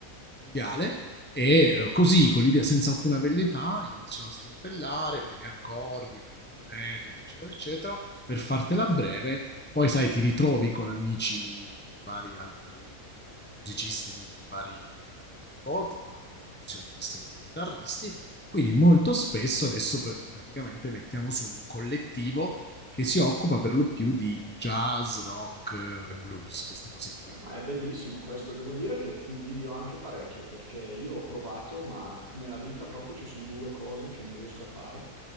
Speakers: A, on the left (about 15°); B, on the right (about 25°).
A: mondiale e eh, così, con l'idea senza alcuna velleità, inizio a strimpellare, primi accordi, prendo un metodo, eccetera, eccetera, per fartela breve, poi sai, ti ritrovi con amici di vari altri eh, musicisti di, di vari- di vario tipo, tipo magari percussionisti, altri chitarristi quindi molto spesso adesso pr- praticamente mettiamo su un collettivo che si occupa per lo più di jazz, rock eh, e blues, queste cose qui,
B: Beh,
A: no?
B: Ma è bellissimo questo, devo dire che ti invidio anche parecchio perché io ho provato, ma nella vita proprio ci sono due cose che non riesco a fare.